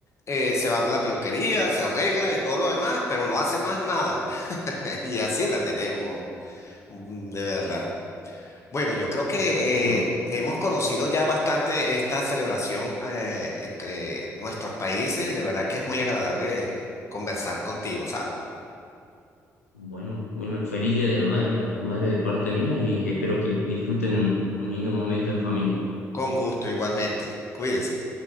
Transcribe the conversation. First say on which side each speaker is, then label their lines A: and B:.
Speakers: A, on the left; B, on the left.
A: eh, se va a la peluquería, se arregla y todo lo demás, pero no hace más nada. <laughs> Y así la tenemos. Mm, De verdad. Bueno, yo creo que
B: buenísimo.
A: eh, hemos conocido ya bastante esta celebración eh, entre nuestros países y de verdad que es muy agradable conversar contigo, ¿sabes?
B: Bueno, Wilmer, feliz Día de la Madre para tu madre de parte mía y espero que disfruten un un lindo momento en familia.
A: Con gusto, igualmente. Cuídese.